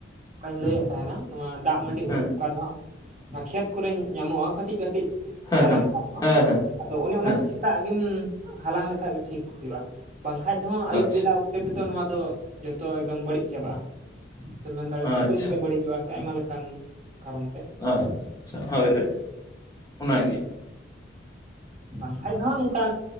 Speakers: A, on the right (about 40°); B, on the left (about 20°).
A: ᱚᱠᱟᱧ ᱞᱟᱹᱭᱮᱫ ᱛᱟᱦᱮᱱᱟ ᱱᱚᱣᱟ ᱫᱟᱜ ᱢᱟᱹᱰᱤ
B: ᱦᱮᱸ
A: ᱩᱫ ᱚᱠᱟ ᱫᱚ ᱦᱟᱸᱜ ᱠᱷᱮᱛ ᱠᱚᱨᱮ ᱧᱟᱢᱚᱜᱼᱟ ᱠᱟᱹᱴᱤᱡ ᱠᱟᱹᱴᱤᱡ
B: ᱦᱮᱸ
A: ᱡᱟᱱᱟᱢ
B: ᱦᱮᱸ
A: ᱵᱟᱲᱟ ᱠᱚᱜᱼᱟ᱾
B: ᱦᱮᱸ ᱦᱮᱸ
A: ᱟᱫᱚ ᱚᱱᱮ ᱚᱱᱟ
B: ᱦᱮᱸ
A: ᱫᱚ ᱥᱮᱛᱟᱜ ᱜᱮᱢ ᱦᱟᱞᱟᱝ ᱞᱮᱠᱷᱟᱡ ᱜᱮ ᱴᱷᱤᱠ ᱦᱩᱭᱩᱜᱼᱟ, ᱵᱟᱝᱠᱷᱟᱡ ᱫᱚ ᱦᱟᱸᱜ ᱟᱭᱩᱵ
B: ᱟᱪᱪᱷᱟ
A: ᱵᱮᱞᱟ ᱚᱠᱼᱼ ᱦᱚᱛᱮᱫ ᱛᱮᱫᱚ ᱱᱚᱣᱟ ᱫᱚ ᱡᱚᱛᱚ ᱮᱠᱫᱚᱢ ᱵᱟᱹᱲᱤᱡ ᱪᱟᱵᱟᱜᱼᱟ ᱥᱮ ᱢᱮᱱ ᱫᱟᱲᱮᱭᱟᱜᱼᱟ ᱥᱤᱛᱩᱝ᱾
B: ᱟᱪᱪᱷᱟ
A: ᱛᱮ ᱵᱟᱹᱲᱤᱡᱚᱜᱼᱟ ᱥᱮ ᱟᱭᱢᱟ ᱞᱮᱠᱟᱱ ᱠᱟᱨᱚᱱ ᱛᱮ
B: ᱟᱪᱪᱷᱟ
A: ᱟᱫᱚ
B: ᱦᱳᱭ ᱦᱳᱭ ᱚᱱᱟᱜᱮ᱾
A: ᱵᱟᱝ ᱠᱷᱟᱡ ᱫᱟ ᱦᱟᱜ ᱱᱚᱝᱠᱟᱼᱼ